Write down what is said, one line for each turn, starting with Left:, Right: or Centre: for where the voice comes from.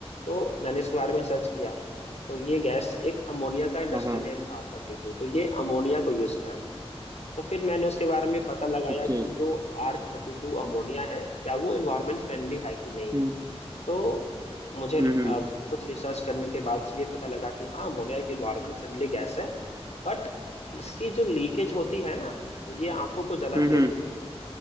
Left: तो मैंने इसके बारे में सर्च किया तो ये गैस एक अमोनिया का इंडस्ट्रियल
Right: हाँ हाँ
Left: नेम था आर थर्टी टू तो ये अमोनिया को यूज़ कर रहे हैं तो फिर मैंने उसके बारे में पता लगाया
Right: ओके
Left: कि जो आर थर्टी टू अमोनिया है क्या वो इन्वायरमेंट फ्रेंडली है कि नहीं
Right: हम्म
Left: है तो मुझे
Right: हम्म हम्म
Left: अब कुछ रिसर्च करने के बाद से ये पता लगा कि हाँ अमोनिया एक इन्वायरमेंट फ्रेंडली गैस है बट इसकी जो लीकेज होती है ना तो ये आंखों को जलन
Right: हम्म
Left: दे देती है